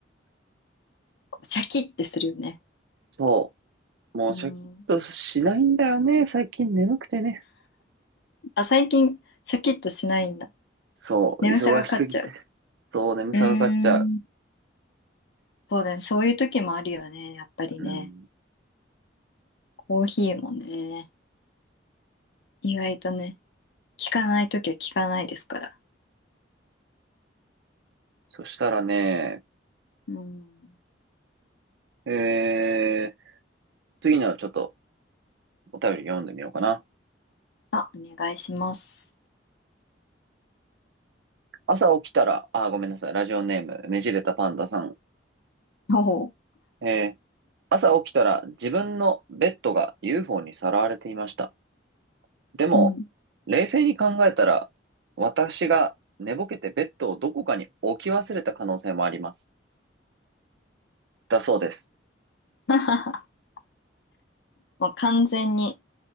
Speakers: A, on the left (about 65°); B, on the right (about 65°).
A: こうシャキッてするよね。
B: そう。もうシャキッとしないんだよね。
A: うん。
B: 最近眠くてね。
A: あ、最近、シャキッとしないんだ。
B: そう、
A: 眠さが勝っちゃう。
B: 忙しすぎて。そう、眠さがかかっちゃう。
A: うーん。そうだね。そういう時もあるよね。やっぱりね。
B: うん。
A: コーヒーもね。意外とね、効かない時は効かないですから。
B: そしたらね、
A: うん。
B: えー、次のちょっとお便り読んでみようかな。
A: あ、お願いします。
B: 朝起きたら、あー、ごめんなさい。ラジオネーム、ねじれたパンダさん。
A: おお。
B: えー、朝起きたら自分のベッドが UFO にさらわれていました。でも、
A: うん。
B: 冷静に考えたら、私が寝ぼけてベッドをどこかに置き忘れた可能性もあります。だそうです。
A: <laughs> もう完全に、